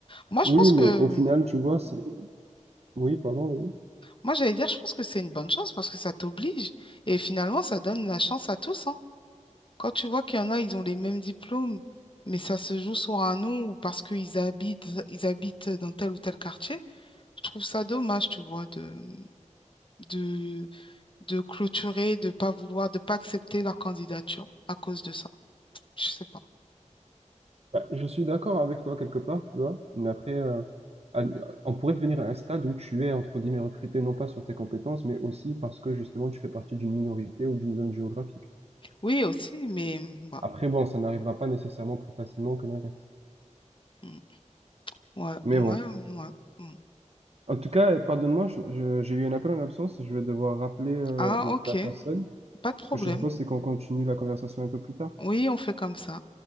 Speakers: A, on the left; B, on the right.
A: Moi, je
B: Oui,
A: pense
B: mais
A: que,
B: au final, tu vois, c'est... Oui, pardon, vas-y.
A: moi, j'allais dire, je pense que c'est une bonne chose parce que ça t'oblige et finalement, ça donne la chance à tous, hein. Quand tu vois qu'il y en a, ils ont les mêmes diplômes, mais ça se joue sur un nom ou parce qu'ils habitent, ils habitent dans tel ou tel quartier, je trouve ça dommage, tu vois, de, de, de clôturer, de pas vouloir, de pas accepter leur candidature à cause de ça. Je sais pas.
B: Bah, je suis d'accord avec toi quelque part, tu vois, mais après, euh, à- on pourrait venir à un stade où tu es, entre guillemets, recruté non pas sur tes compétences, mais aussi parce que justement, tu fais partie d'une minorité ou d'une zone géographique.
A: Oui, aussi, mais bah,
B: Après, bon, ça n'arrivera pas nécessairement plus facilement que l'inverse.
A: mm, ouais,
B: Mais
A: ouais,
B: bon.
A: ouais. mm.
B: En tout cas, pardonne-moi, je- je- j'ai eu un appel en absence. Je vais devoir rappeler euh,
A: Ah, ok,
B: la personne.
A: pas de problème.
B: Ce que je te propose, c'est qu'on continue la conversation un peu plus tard.
A: Oui, on fait comme ça.